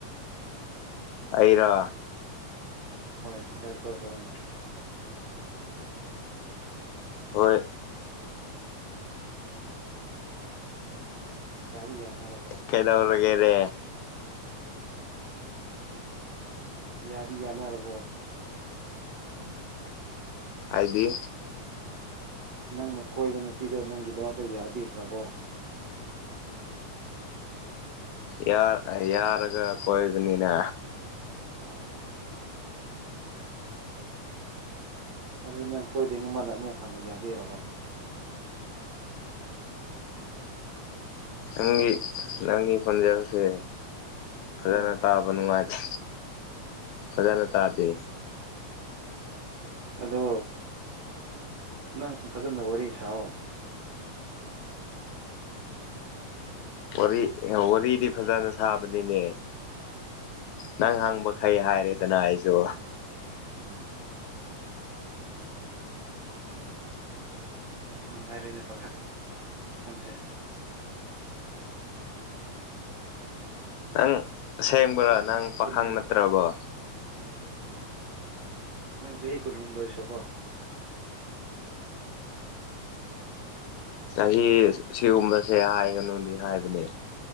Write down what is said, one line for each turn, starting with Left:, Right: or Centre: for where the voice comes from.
Left: ꯑꯩꯔꯣ
Right: ꯍꯣꯏ ꯂꯩꯁꯥꯕꯤ ꯀꯣꯏ ꯍꯥꯏꯕ ꯅꯪ
Left: ꯍꯣꯏ
Right: ꯌꯥꯔꯤ ꯌꯥꯅꯔꯕꯣ
Left: ꯀꯩꯅꯧꯔꯒꯦꯅꯦ
Right: ꯌꯥꯗꯤ ꯌꯥꯅꯔꯕꯣ
Left: ꯍꯥꯏꯗꯤ
Right: ꯅꯪꯅ ꯀꯣꯏꯕ ꯅꯨꯄꯤꯗꯣ ꯅꯪꯒꯤꯗꯃꯛꯇ ꯌꯥꯕꯤꯈ꯭ꯔꯕꯣ
Left: ꯌꯥꯔ ꯑ ꯌꯥꯔꯒ ꯀꯣꯏꯕꯅꯤꯅ
Right: ꯑꯥ ꯑꯗꯨ ꯅꯪ ꯀꯣꯏꯗꯩ ꯃꯃꯥꯡꯗ ꯑꯃꯨꯛ ꯍꯥꯟꯅ ꯌꯥꯕꯤꯔꯕ
Left: ꯅꯪꯒꯤ ꯅꯪꯒꯤ ꯈꯣꯟꯖꯦꯟꯁꯦ ꯐꯖꯅ
Right: ꯎꯝ
Left: ꯇꯥꯕ ꯅꯨꯡꯉꯥꯏꯇꯦ ꯐꯖꯅ ꯇꯥꯗꯦ
Right: ꯑꯗꯣ ꯅꯪ ꯐꯖꯅ ꯋꯥꯔꯤ ꯁꯥꯑꯣ
Left: ꯋꯥꯔꯤ ꯋꯥꯔꯤꯗꯤ ꯐꯖꯅ ꯁꯥꯕꯅꯤꯅꯦ ꯅꯪ ꯍꯪꯕꯈꯩ ꯍꯥꯏꯔꯦꯗꯅ ꯑꯩꯁꯨ
Right: ꯑꯝ ꯅꯨꯡꯉꯥꯏꯔꯦꯅꯦ ꯄꯥꯈꯪꯁꯦ
Left: ꯅꯪ
Right: ꯆꯍꯤ
Left: ꯑꯁꯦꯡꯕ꯭ꯔꯥ ꯅꯪ ꯄꯥꯈꯪ
Right: ꯀꯨꯟ
Left: ꯅꯠꯇ꯭ꯔꯕꯣ
Right: ꯅꯪ ꯆꯍꯤ ꯀꯨꯟꯍꯨꯝꯗꯣꯏ ꯁꯨꯕꯣ
Left: ꯆꯍꯤ ꯁꯤꯒꯨꯝꯕꯁꯦ ꯍꯥꯏꯒꯅꯨꯗꯤ ꯍꯥꯏꯕꯅꯦ